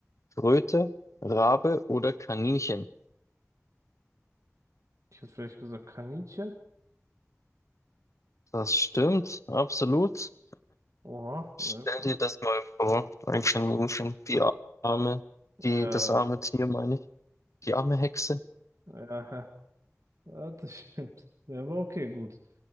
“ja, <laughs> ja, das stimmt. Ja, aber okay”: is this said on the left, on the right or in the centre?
Right